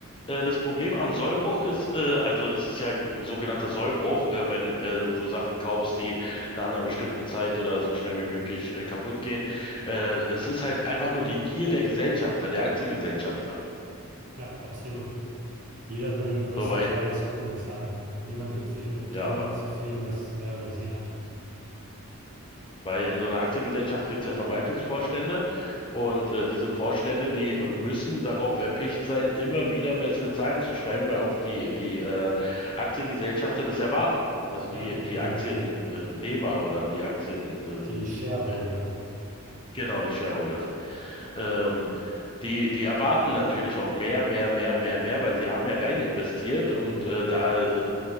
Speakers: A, on the left; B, on the right.
A: äh, das Problem am Sollbruch ist, äh, also es ist ja ein sogenannter Sollbruch, äh, wenn äh, du Sachen kaufst, die nach einer bestimmten Zeit oder so schnell wie möglich äh, kaputt gehen. Äh, es ist halt einfach nur die Gier der Gesellschafter, der Aktiengesellschafter.
B: Ja, absolut. Jeder will den größten
A: So, weil,
B: Teil des Kuchens haben. Niemand gibt sich mit
A: ja,
B: dem zufrieden, was er oder sie hat.
A: Weil in so einer Aktiengesellschaft gibt es ja Verwaltungsvorstände und äh, diese Vorstände, die müssen darauf erpicht sein, immer wieder bessere Zahlen zu schreiben, weil auch die, die äh, Aktiengesellschafter das erwarten. Also die,
B: Ja,
A: die
B: genau.
A: Aktiennehmer oder die Aktien, ähm,
B: Die Shareholder.
A: äh, genau, die Shareholders. Ähm, die, die erwarten natürlich auch mehr, mehr, mehr, mehr, mehr, weil sie haben ja rein investiert und
B: Mhm,
A: äh, da äh,